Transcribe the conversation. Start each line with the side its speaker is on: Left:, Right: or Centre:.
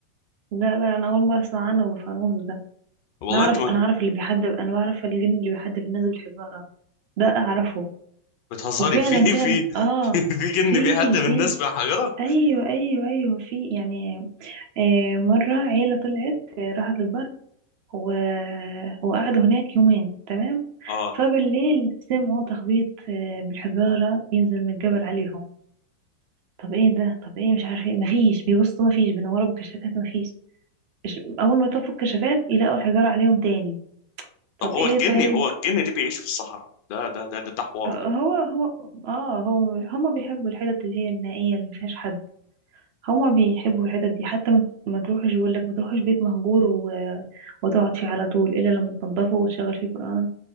Right: لا لا انا اول مرة اسمع عنه ابو فانوس
Left: والله
Right: انا اعرف
Left: انت ما
Right: انا اعرف اللي بيحدف انا بعرف الجن اللي بيحدف الناس بالحجارة ده اعرفه
Left: بتهزري
Right: وفعلا
Left: في في
Right: فعلا اه
Left: <laughs> في جن
Right: في
Left: بيهدم الناس
Right: في
Left: بحجره
Right: ايوه ايوه ايوه في يعني آه مرة عيلة طلعت آه، راحت البر و... وقعدوا هناك يومين تمام
Left: اه
Right: فبالليل سمعوا تخبيط آه، بالحجارة بينزل من الجبل عليهم طب ايه ده طب ايه مش عارف ايه مفيش بيبصوا مفيش بينوروا بالكشافات مفيش إش- اول ما يطفوا الكشافات يلاقوا الحجارة عليهم تاني طب
Left: طب هو
Right: ايه
Left: الجن
Right: طيب
Left: هو الجن اللي بيعيش في الصحراء ده ده ده ده, ده حوار
Right: هو
Left: ده
Right: هو اه هو هما بيحبوا الحتت اللي هي النائية اللي مفيهاش حد هما بيحبوا الحتت دي حتى ما ما تروحش يقول لك ما تروحش بيت مهجور و... وتقعد فيه على طول الا لما تنضفه وتشغل فيه قرآن